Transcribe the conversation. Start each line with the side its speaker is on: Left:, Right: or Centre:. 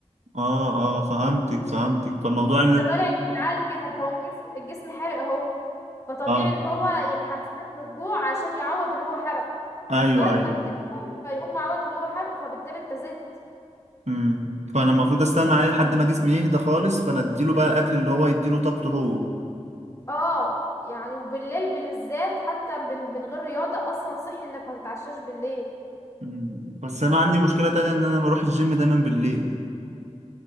Right: اه اه فهمتك فهمتك فالموضوع اللي...
Left: انت طالع بالعقل كده انت هو الجسم الجسم حرق اهو فطبيعي
Right: اه
Left: ان هو يحسسك من الجوع عشان يعوض اللي هو حرقه
Right: ايوه
Left: مجرد
Right: ايوه
Left: ما بتاكل فيقوم معوض اللي هو حرقه فبالتالي انت زدت
Right: امم فانا المفروض استنى عليه لحد ما جسمي يهدى خالص فانا اديله بقى الاكل اللي هو يديله طاقته هو
Left: اه يعني وبالليل بالذات حتى من من غير رياضة اصلا صحي انك ما تتعشاش بالليل
Right: مم. بس انا عندي مشكلة تانية ان انا بروح الجيم دايما بالليل